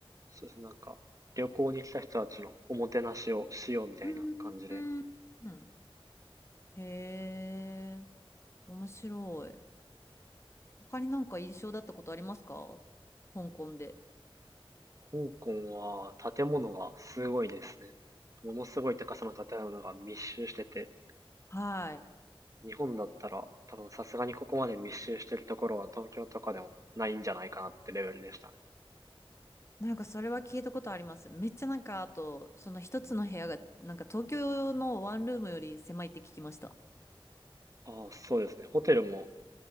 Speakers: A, on the right (about 35°); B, on the left (about 30°).
A: そうですね、なんか、旅行に来た人たちのおもてなしをしようみたいな感じで。
B: うーん。うん。へえ、面白い。他になんか印象だったことありますか香港で。
A: 香港は建物がすごいですね。ものすごい高さの建物が密集してて、
B: はい。
A: 日本だったら多分さすがにここまで密集してるところは東京とかでもないんじゃないかなってレベルでしたね。
B: なんかそれは聞いたことあります。めっちゃなんか、あと、その一つの部屋が、なんか東京のワンルームより狭いって聞きました。
A: ああ、そうですね。ホテルも